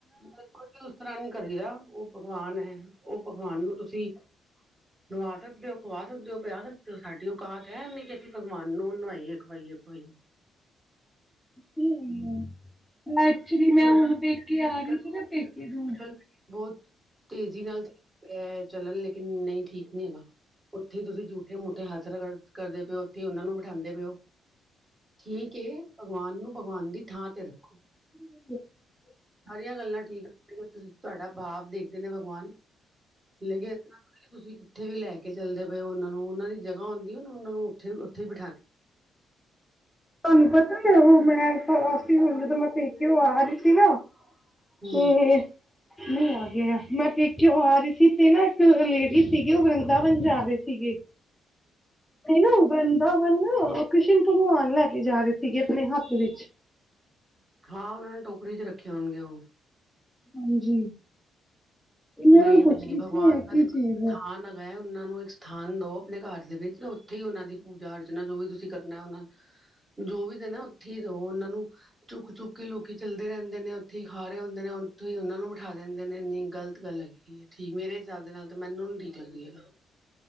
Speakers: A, on the right; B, in the centre.
A: ਦੇਖੋ ਜੀ ਉਸ ਤਰ੍ਹਾਂ ਨੀ ਕਰੇਗਾ, ਉਹ ਭਗਵਾਨ ਹੈ, ਉਹ ਭਗਵਾਨ ਨੂੰ ਤੁਸੀਂ ਨੁਵਾ ਸਕਦੇ ਹੋ, ਖਵਾ ਸਕਦੇ ਹੋ, ਪਿਆ ਸਕਦੇ ਹੋ, ਸਾਡੀ ਔਕਾਤ ਹੈ, ਇਨੀ ਕਿ ਅਸੀਂ ਭਗਵਾਨ ਨੂੰ ਨੁਵਾਈਏ। ਖਵਾਈਏ -ਪਵਾਈਏ।
B: ਹਮ ਮੈਂ ਐਕਚੁਲੀ
A: ਸੋਸ਼ਲ
B: ਮੈਂ ਹੁਣ
A: ਮੀਡੀਆ
B: ਪੇਕੇ ਆ ਰਹੀ
A: ਤੇ
B: ਸੀ ਨਾ ਪੇਕੇ ਤੋਂ
A: ਸੋਸ਼ਲ ਬਹੁਤ ਤੇਜ਼ੀ ਨਾਲ ਚੱਲਣ ਰਿਹਾ ਐ, ਚੱਲਣ ਲੇਕਿਨ ਨਹੀਂ ਠੀਕ ਨਹੀਂ ਹੈਗਾ। ਉੱਥੇ ਹੀ ਤੁਸੀਂ ਜੂਠੇ -ਮੂਠੇ ਹੱਥ ਰਗੜ ਕਰ ਕਰਦੇ ਪਏਓ, ਉੱਥੇ ਉਹਨਾਂ ਨੂੰ ਬਿਠਾਉਂਦੇ ਪਏ ਹੋ। ਠੀਕ ਏ, ਭਗਵਾਨ ਨੂੰ ਭਗਵਾਨ ਦੀ ਥਾਂ ਤੇ ਰੱਖੋ।
B: <unintelligible>
A: ਸਾਰੀਆਂ ਗੱਲਾਂ ਠੀਕ ਆ, ਜਿਹੜਾ ਤੁਸੀਂ ਤੁਹਾਡਾ ਭਾਵ ਦੇਖਦੇ ਭਗਵਾਨ, ਲੇਕਿਨ ਇਸ ਤਰ੍ਹਾਂ ਥੋੜੀ ਐ। ਤੁਸੀਂ ਕਿੱਥੇ ਵੀ ਲੈ ਕੇ ਚੱਲਦੇ ਪਏ ਹੋ ਉਹਨਾਂ ਨੂੰ, ਉਹਨਾਂ ਦੀ ਜਗ੍ਹਾ ਆਉਂਦੀ ਨਾ ਉਹਨਾਂ ਨੂੰ ਉੱਥੇ- ਉੱਥੇ ਹੀ ਬਿਠਾ ਕੇ <inaudible>
B: ਤੁਹਾਨੂੰ ਪਤਾ ਉਹ ਮੈਂ ਅਸੀਂ ਹੁਣ ਜਦੋਂ ਮੈਂ ਪੇਕਿਓ ਆ ਰਹੀ ਸੀ ਨਾ
A: ਹੂੰ
B: ਤੇ, ਨਹੀਂ ਆ ਗਿਆ, ਮੈ ਪੇਕਿਓਂ ਆ ਰਹੀ ਸੀ ਤੇ ਨਾ ਇੱਕ ਲੇਡੀ ਸੀਗੀ ਉਹ ਵ੍ਰਿੰਦਾਵਨ ਜਾ ਰਹੀ ਸੀਗੀ।
A: <inaudible>
B: ਇਹ ਨਾ ਵ੍ਰਿੰਦਾਵਨ ਨਾ ਕ੍ਰਿਸ਼ਨ ਭਗਵਾਨ ਲੈ ਕੇ ਜਾ ਰਹੇ ਸੀਗੇ ਆਪਣੇ ਹੱਥ ਵਿੱਚ।
A: ਹਾਂ ਉਹਨਾਂ ਨੇ ਟੋਕਰੀ ਚ ਰੱਖੇ ਹੋਣਗੇ ਉਹ।
B: ਹਾਂਜੀ। ਤੇ ਮੈਂ
A: ਨਹੀਂ
B: ਉਹਨੂੰ ਪੁੱਛ
A: -ਨਹੀਂ
B: ਰਹੀ ਸੀ
A: ਭਗਵਾਨ
B: ਇਹ
A: ਦਾ
B: ਕੀ
A: ਦੇਖੋ
B: ਚੀਜ਼ ਹੈ
A: ਥਾਨ ਆ। ਆ ਉਹਨਾਂ ਨੂੰ ਇੱਕ ਸਥਾਨ ਦਓ ਆਪਣੇ ਘਰ ਦੇ ਵਿੱਚ, ਤੇ ਉੱਥੇ ਹੀ ਉਹਨਾਂ ਦੀ ਪੂਜਾ ਅਰਚਨਾ ਜੋ ਵੀ ਤੁਸੀਂ ਕਰਨਾ ਉਹਨਾ ਦਾ। ਜੋ ਵੀ ਦੇ ਨਾ ਉੱਥੇ ਹੀ ਦਿਓ ਉਹ ਉਹਨਾਂ ਨੂੰ। ਚੁੱਕ -ਚੁੱਕ ਕੇ ਲੋਕੀ ਚੱਲਦੇ ਰਹਿੰਦੇ ਨੇ, ਉੱਥੇ ਹੀ ਖਾ ਰਹੇ ਹੁੰਦੇ ਨੇ, ਉੱਥੇ ਹੀ ਉਹਨਾਂ ਨੂੰ ਬਿਠਾ ਦਿੰਦੇ ਨੇ, ਇੰਨੀ ਗ਼ਲਤ ਗਲਤ ਗੱਲ ਹੈਗੀ ਐ, ਠੀਕ ਮੇਰੇ ਹਿਸਾਬ ਦੇ ਨਾਲ ਮੈਨੂੰ ਨੀ ਠੀਕ ਲਗਦੀ ਇਹ ਗੱਲ।